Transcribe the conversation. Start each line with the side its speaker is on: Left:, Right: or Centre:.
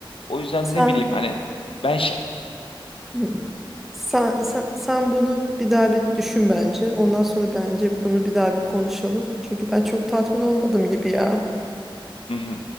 Left: O yüzden
Centre: Sen,
Left: ne bileyim hani ben şey...
Centre: hı. Sen, sen, sen bunu bir daha bir düşün bence. Ondan sonra bence bunu bir daha bir konuşalım. Çünkü ben çok tatmin olmadım gibi ya.
Left: Hı hı.